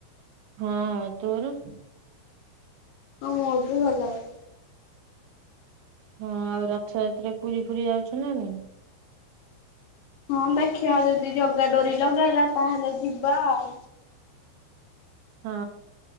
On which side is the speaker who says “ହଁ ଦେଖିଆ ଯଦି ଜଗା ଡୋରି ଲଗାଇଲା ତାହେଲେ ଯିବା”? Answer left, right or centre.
Left